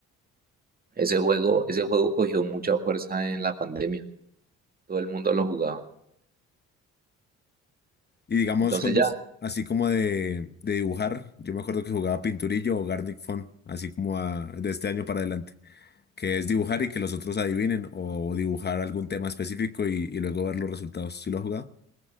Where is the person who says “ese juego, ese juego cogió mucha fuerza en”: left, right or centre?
Right